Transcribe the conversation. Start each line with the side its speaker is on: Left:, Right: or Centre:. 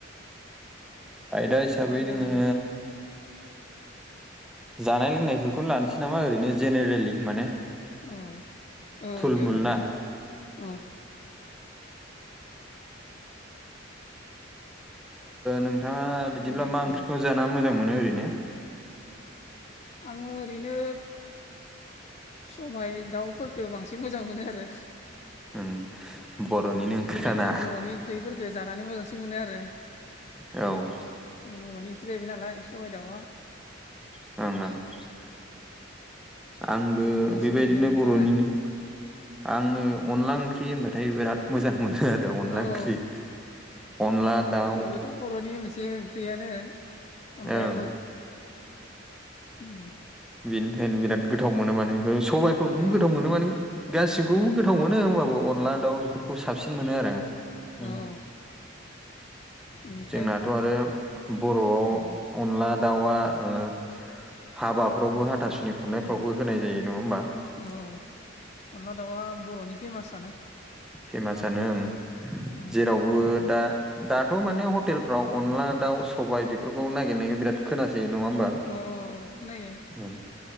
Centre: आयदा हिसाबै
Left: आयदा
Centre: जोङो
Left: लानो
Centre: जानाय लोंनायफोरखौनो लानोसै नामा ओरैनो जेनेरेलि माने
Left: औ औ
Centre: थुलमुल
Left: दे लाजायो
Centre: ना
Left: औ
Centre: नोंथाङा
Left: दे
Centre: बिदिब्ला
Left: बुंलाय
Centre: मा
Left: उम
Centre: ओंख्रिखौ जाना मोजां मोनो ओरैनो
Left: आङो ओरैनो सबाय दाउफोरफोरखौ बांसिन मोजां मोनो आरो
Centre: ओं बर'निनो
Left: बेफोरबायदि
Centre: ओंख्रिखाना
Left: बर'नि ओंख्रिफोरखौ जानानै मोजांसिन मोनो आरो
Centre: औ
Left: बर'नि ओंख्रि जाहैबाय नालाय सबाय दावा
Centre: <unintelligible> आंबो
Left: बेखौ मोजांसिन
Centre: बेबायदिनो
Left: मोनो नोंथाङालाय
Centre: बर'निनो आङो अनला ओंख्रि होनबाथाय बिराद मोजां मोनो आरो बे अनला
Left: अ
Centre: ओंख्रि
Left: औ
Centre: अनला दाउ
Left: बेबोथ' बर'नि मोनसे ओंख्रियानो अनलायाबो
Centre: ओं
Left: <unintelligible>
Centre: बेनि थाखायनो बिराद गोथाव मोनो माने बे सबाइफोरखौनो
Left: औ
Centre: गोथाव मोनो माने गासिखौबो
Left: औ
Centre: गोथाव मोनो होमबाबो अनला दाउ फोरखौ साबसिन मोनो आरो आं
Left: ओं ओं औ बेनिफ्राय
Centre: जोंनाथ' आरो बर'आव
Left: उम
Centre: अनला दावा हा हाबाफ्रावबो
Left: अनला
Centre: हाथासुनि
Left: दाउआ
Centre: खुरनायफ्रावबो
Left: उम
Centre: होनाय जायो नङा होमबा
Left: औ औ अनला दाउवा बर'नि फेमासानो
Centre: फेमासानो ओं
Left: उम
Centre: जेरावबो दा दाथ' माने हटेल फ्राव अनला दाउ सबाय बेफोरखौ नागिरनायखौ बिराद खोनासै नङा होमबा
Left: औ औ खोनायो
Centre: ओं